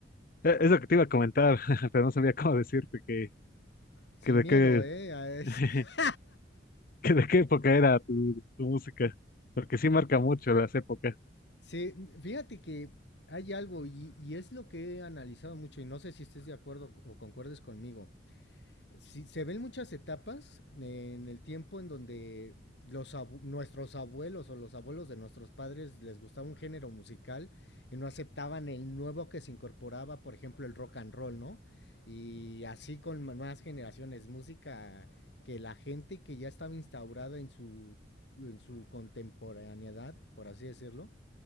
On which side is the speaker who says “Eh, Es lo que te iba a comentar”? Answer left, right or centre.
Left